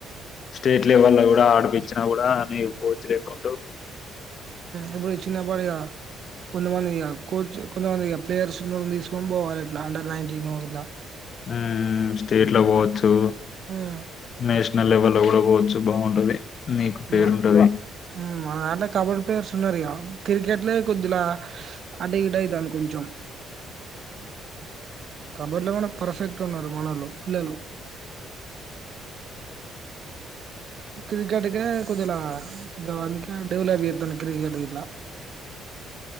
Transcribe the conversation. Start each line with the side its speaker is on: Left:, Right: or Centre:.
Left: స్టేట్ లెవెల్ లో కూడా ఆడిపిచ్చిన కూడా అని కోచ్ లేక్కుంటూ
Right: ఎప్పుడు చిన్న పడయా కొంతమందిక కోచ్ కొంతమంది ఇగ ప్లేయర్స్ ఉన్నోళ్లని తీసుకొని పోవాలి అండర్ నైన్ంటీన్ ఇట్లా
Left: ఉమ్ స్టేట్ లో పోవచ్చు
Right: ఉమ్
Left: నేషనల్ లెవల్ లో తకోవచ్చు బాగుంటది నీకు పేరుంటది
Right: మన్ మన దాంట్లో కబడ్డీ ప్లేయర్స్ ఉన్నారు ఇగా క్రికెట్లే కొద్దిలా అంట ఈడ అయితాం కొంచెం తబర్లో పర్ఫెక్ట్ ఉన్నారు మనలో పిల్లలు క్రికెట్కే కొద్దిలా ఇంకా అందుకే డెవలప్ చేతను క్రికెటిక్ ఇట్లా